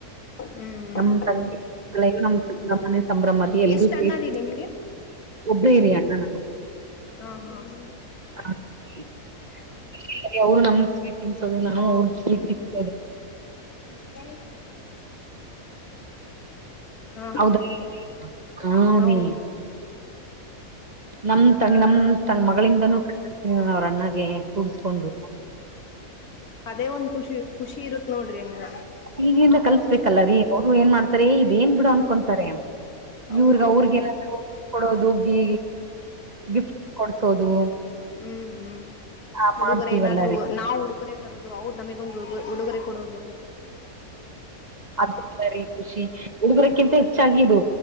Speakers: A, on the left (about 90°); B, on the right (about 30°).
A: ಹ್ಮ್ ಹ್ಮ್
B: ನಮ್ ತಂಗಿ ಕಳೆಯು ನಮ್ಗ್ ಸಂಭ್ರಮನೆ ಸಂಭ್ರಮ ರೀ ಎಲ್ರೂ
A: ಎಷ್ಟ
B: ಸೇರ್.
A: ಅಣ್ಣ ರೀ ನಿಮ್ಗೆ
B: ಒಬ್ಬ್ರೇ ಇರಿ ಅಣ್ಣನ.
A: ಹ ಹಾ ಹಾ.
B: <inaudible> ಅವ್ರು ನಮಗ್ ಸ್ವೀಟ್ ತಿನ್ಸೋದು ನಾನು ಅವ್ರಗ್ ಸ್ವೀಟ್ ತಿನ್ಸೋದು.
A: ಹಾ <inaudible>
B: ಹೌದಾ ಹಾ ರೀ ನಮ್ ತಂಗ್ ನಮ್ ತ ಮಗಳಿಂದನೂ ಕ ಅವ್ರ ಅಣ್ಣಗೆ ಕೂಡ್ಸ್ಕೊಂಡು.
A: ಅದೇ ಒಂದ್ ಖುಷಿ ಖುಷಿ ಇರುತ್ತತ್ ನೋಡ್ರಿ ಹಂಗ.
B: ಈಗಿಂದ ಕಲ್ಸ್ಬೇಕಲ್ಲ ರೀ ಅವ್ರು ಏನ್ ಮಾಡ್ತಾರೆ ಇದ ಏನ್ ಬಿಡು ಅನ್ಕೊತಾರೆ.
A: ಹೌದು
B: ಇವ್ರಗ
A: ರೀ
B: ಅವ್ರಗ
A: ಹೌದು
B: ಏನಾದ್ರು ಕೊಡೋದು ಗ ಗಿಫ್ಟ್ ಕೊಡ್ಸೋದು.
A: ಹ್ಮ್ ಹ್ಮ್
B: ಆ
A: ಹುಡುಗರ
B: ಮಾಡ್ತೀವಲ್ಲ
A: ಏನಾದ್ರು
B: ರೀ
A: ನಾವ್ ಹುಡುಗೊರೆ. ತದು ಅವದು ನಮಗೊಂದು ಉಡುಗ ಉಡುಗರೆ ಕೊಡೋದು.
B: ಅದ ಬರಿ ಖುಷಿ ಹುಡುಗರಕ್ಕಿಂತ ಹೆಚ್ಚಾಗಿ ಇದು.